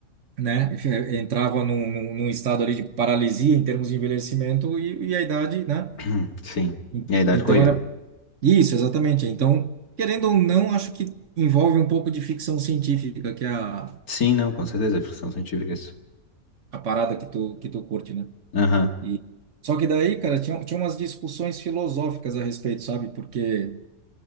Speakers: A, on the right (about 60°); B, on the left (about 85°).
A: né, <laughs> entrava num, num, num estado ali de paralisia em termos de envelhecimento e, e a idade, né?
B: <clears throat> Sim.
A: En-
B: E a idade
A: Então
B: corria.
A: era isso, exatamente. Então, querendo ou não, acho que envolve um pouco de ficção científica, que é a,
B: Sim, não, com certeza. É ficção científica isso.
A: a parada que tu, que tu curte, né?
B: Aham.
A: E... Só que daí, cara, tinha, tinha umas discussões filosóficas a respeito, sabe? Porque